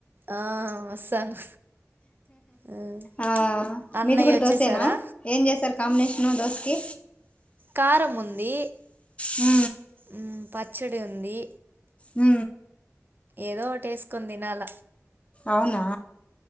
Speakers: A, on the right (about 40°); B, on the left (about 25°).
A: ఆ వస్తాను మ్మ్.
B: ఆ
A: అన్నయ్య
B: మీది కూడా
A: వచ్చేసారా
B: దోసేనా ఏం చేసారు కాంబినేషన్ దోసు కే
A: కారం ఉంది
B: ఉ
A: మ్మ్, పచ్చడి ఉంది
B: ఉ
A: ఏదో ఒకటి ఏసుకొని తినాల
B: అవునా